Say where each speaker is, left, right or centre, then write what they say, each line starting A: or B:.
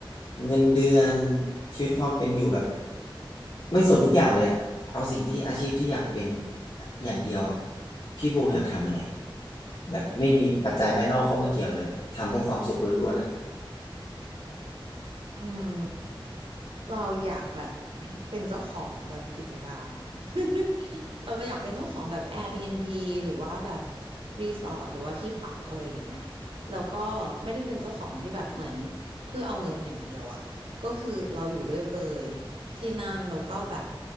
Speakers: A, on the left; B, on the right.
A: เงินเดือนชีวิตความเป็นอยู่แบบไม่สนทุกอย่างเลยอะเอาสิ่งที่อาชีพที่อยากเป็นอย่างเดียวอะพี่โบอยากทำอะไรแบบไม่มีปัจจัยภายนอกเข้ามาเกี่ยวเลยทำเพราะความสุขล้วนๆอ่ะ
B: อืม เราอยากแบบ <clears throat> เป็นเจ้าของแบบกิจการ <laughs> เราอยากเป็นเจ้าของแบบ Airbnb หรือว่าแบบรีสอร์ทหรือว่าที่พักอะไรอย่างเงี้ย แล้วก็ไม่ได้เป็นเจ้าของที่แบบเหมือนเพื่อเอาเงินอย่างเดียวอ่ะ ก็คือเราอยู่ด้วยเลย ที่นั่นแล้วก็แบบ